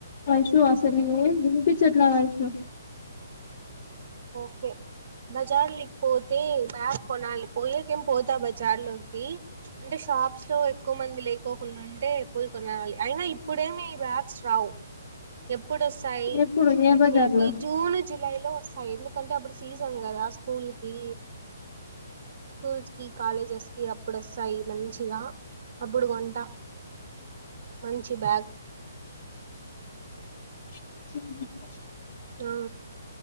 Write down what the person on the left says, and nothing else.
ఐషు అసల్ ఎం వినిపిచట్ల ఐషు
ఎప్పుడు ఏ బజార్
లో
<inaudible>